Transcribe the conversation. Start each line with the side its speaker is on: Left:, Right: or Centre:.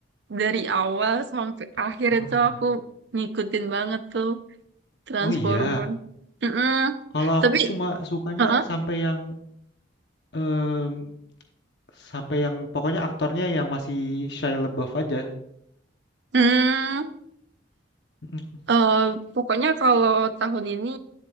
Right: Dari awal sampai
Left: Transformer.
Right: akhir itu aku ngikutin banget tuh Transformer.
Left: Oh iya,
Right: Mm-mm.
Left: kalau
Right: Tapi,
Left: aku cuma sukanya
Right: uh-uh.
Left: sampai yang em, sampai yang pokoknya aktornya yang masih Shia LaBeouf aja.
Right: Mm,
Left: Mm,
Right: eh, pokoknya kalau tahun ini